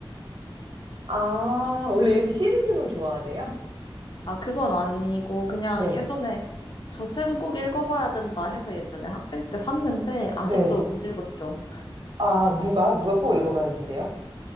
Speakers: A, on the right; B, on the left.
A: 아, 원래 이렇게 시리즈물 좋아하세요?
B: 아, 그건 아니고, 그냥
A: 네.
B: 예전에 저 책은 꼭 읽어봐야 된다 해서 예전에 학생 때 샀는데, 아직도
A: 네.
B: 못 읽었죠.
A: 아, 누가? 누가 꼭 읽어봐야 된대요?